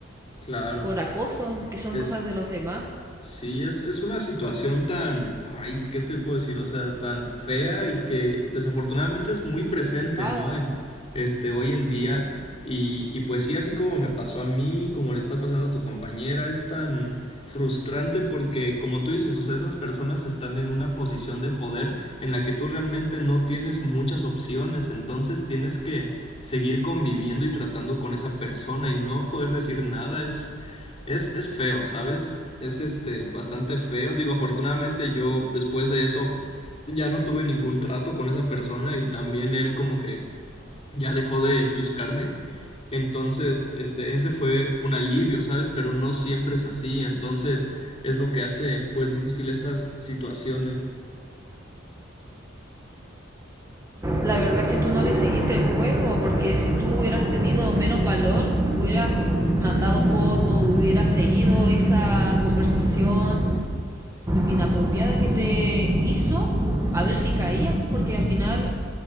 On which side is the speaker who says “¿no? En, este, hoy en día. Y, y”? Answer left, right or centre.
Left